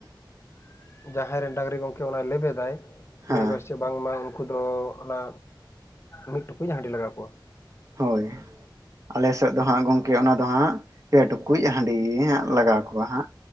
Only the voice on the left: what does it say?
᱾ ᱡᱟᱦᱟᱸᱭ ᱨᱮᱱ ᱰᱟᱝᱨᱤ ᱜᱚᱢᱠᱮ ᱚᱱᱟᱭ ᱞᱮᱵᱮᱫᱟᱭ
ᱞᱟᱹᱭᱟ ᱠᱚ ᱥᱮᱪᱮ ᱵᱟᱝᱢᱟ ᱩᱱᱠᱩ ᱫᱚ ᱚᱱᱟ ᱢᱤᱫ ᱴᱩᱠᱩᱡ ᱦᱟᱹᱰᱤ ᱞᱟᱜᱟᱣ ᱠᱚᱣᱟ ᱾